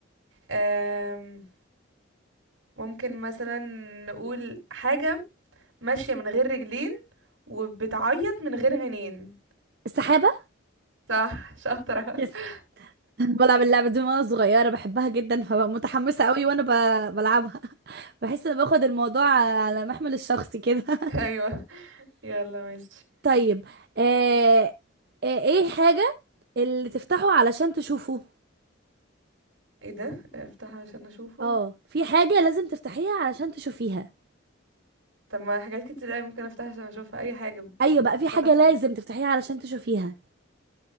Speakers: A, on the right; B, on the right.
A: أم... ممكن مثلا نقول حاجة ماشية من غير رجلين وبتعيط من غير عينين
B: السحابة
A: صح شاطرة
B: يس
A: <laughs>
B: بلعب اللعبة دي من وانا صغيرة بحبها جدا فببقى متحمسة قوي وانا ب... بلعبها <laughs> بحس ان باخد الموضوع على محمل الشخصي كده <laughs>
A: ايوه يلا ماشي
B: طيب آه... آه... ايه حاجة اللي تفتحه علشان تشوفه
A: ايه ده افتحها عشان اشوفه
B: اه في حاجة لازم تفتحيها علشان تشوفيها
A: طب ما حاجات كتير قوي ممكن افتحها عشان اشوفها اي حاجة
B: ايوه
A: بتتفتح
B: بقى في حاجه
A: عشان
B: لازم تفتحيها علشان تشوفيها